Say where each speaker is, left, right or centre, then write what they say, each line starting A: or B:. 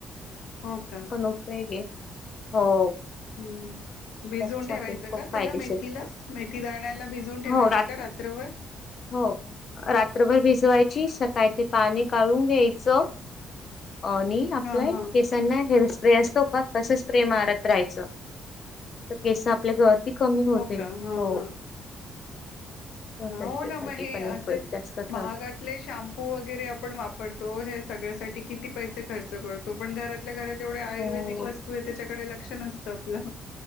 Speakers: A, on the left; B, on the left.
A: हो का,
B: <unintelligible>
A: हम्म, भिजून
B: त्याच्यासाठी
A: ठेवायचं
B: खूप
A: का त्याला
B: फायदेशीर
A: मेथीला मेथी दण्याला भिजून ठेवायचे
B: हो रात
A: का रात्रभर.
B: हो रात्रभर भिजवायच स का ते पाणी काढून घ्यायचं अ आणि आपला
A: हां, हां.
B: केसांना हेअर स्प्रे असतो तसच प्रे मारत राहायचं तर केस आपल्या घ कमी होते,
A: का?
B: हो.
A: हां, हां.
B: तर
A: हो
B: त्याच्यासाठी
A: ना मग हे
B: पण
A: असे
B: उपयोग जास्त
A: महागातले
B: ठरतो
A: शॅम्पू वगैरे आपण वापरतो सगळ्यासाठी किती पैसे खर्च करतो पण घरातल्या घरात एवढे आयुर्वेदिक
B: हो
A: वस्तू आहे त्याच्याकडे लक्ष नसत पलं